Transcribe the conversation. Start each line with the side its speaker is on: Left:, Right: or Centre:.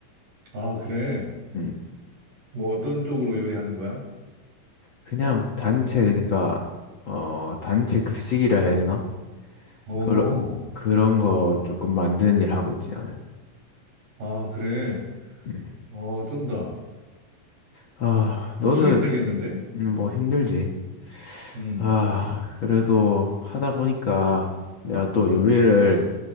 Right: 아, 그래.
Left: 음,
Right: 뭐 어떤 쪽으로 요리하는 거야?
Left: 그냥 단체, 그러니까, 어, 단체 급식이라 해야 되나?
Right: 오,
Left: 그런, 그런 거 조금 만드는 일 하고 있지, 나는.
Right: 아, 그래.
Left: 음.
Right: 어, 쩐다.
Left: 아, 너는
Right: 엄청 힘들겠는데?
Left: 음, 뭐 힘들지.
Right: 음,
Left: 아, 그래도 하다 보니까 내가 또
Right: 음,
Left: 요리를